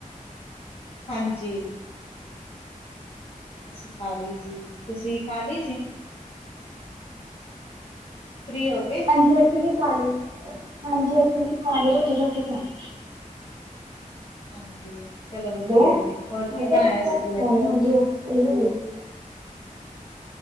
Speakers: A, on the left (about 45°); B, on the right (about 35°).
A: ਹਾਂਜੀ। ਅਸੀਂ ਖਾਲੀ ਜੀ, ਤੁਸੀਂ ਖਾਲੀ ਜੀ, ਫ੍ਰੀ ਹੋ ਗਏ?
B: ਹਾਂਜੀ ਅਸੀਂ ਵੀ ਖਾ ਲੀ, ਹਾਂਜੀ ਅਸੀਂ ਵੀ ਖਾ ਲਈ, ਰੋਟੀ-ਰੁਟੀ
A: ਅੱਛਾ,
B: ਖਾ ਲੀ।
A: ਜੀ, ਹਾਂਜੀ, ਚਲੋ
B: ਹੈਲੋ
A: ਵਧੀਆ ਜੀ, ਹੋਰ
B: ਮੈਂ
A: ਕੀ
B: ਕਿਹਾ
A: ਬਣਾਇਆ
B: ਅਸੀਂ ਵੀ
A: ਸੀ
B: ਰੋਟੀ
A: ਜੀ
B: ਖਾ
A: ਅੱਜ।
B: ਲਈ ਹਾਂਜੀ ਅਸੀਂ <unintelligible>